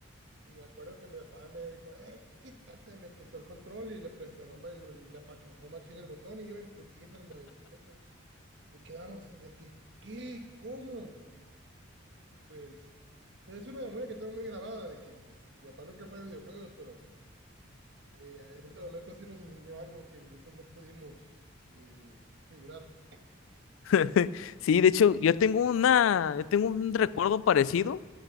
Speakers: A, on the right; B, on the left.
A: Y me acuerdo que mi papá me dijo, eh, quítate, me quitó el control y le presionó, ma- le apachurró machín el botón y iba en putiza el movimiento. Y quedamos de que, ¿qué? ¿Cómo? Y pues, es una memoria que tengo muy grabada de que, pues, mi papá nunca fue de videojuegos, pero eh, en ese momento sí nos enseñó algo que nosotros no pudimos eh, figurar.
B: <laughs> Sí, de hecho, yo tengo una, yo tengo un recuerdo parecido